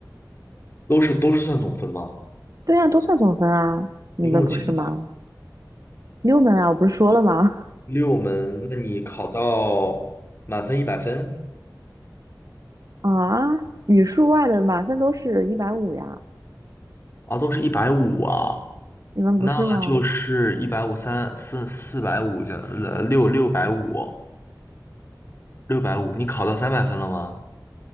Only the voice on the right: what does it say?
对啊，都算总分啊，你们不是吗？
六门啊，我不是说了吗？
啊，语数外的满分都是一百五呀，
你们不是吗？